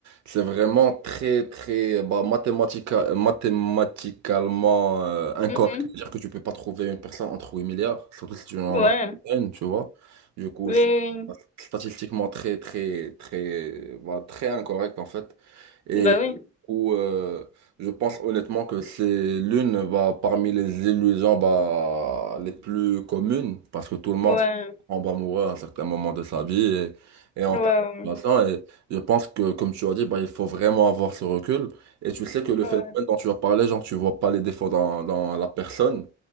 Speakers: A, on the right; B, on the left.
A: c'est vraiment très, très bah, mathématica- mathématicalement euh, incorrect
B: Mhm.
A: de dire que tu peux pas trouver une personne entre 8 milliards, surtout si tu en
B: Ouais,
A: as une, tu vois. Du coup,
B: oui,
A: c'est statistiquement très, très, très, bah, très incorrect en fait. Et
B: oui, bah oui,
A: où euh, je pense honnêtement que c'est l'une bah, parmi les illusions bah, les plus communes, parce que tout le monde
B: ouais,
A: en va mourir à un certain moment de sa vie et, et en
B: ouais,
A: tant que patient, Et je pense que, comme tu as dit, bah, il faut vraiment avoir ce recul. Et tu sais que le
B: ouais,
A: phénomène dont tu as parlé, genre, tu vois pas les défauts dans, dans la personne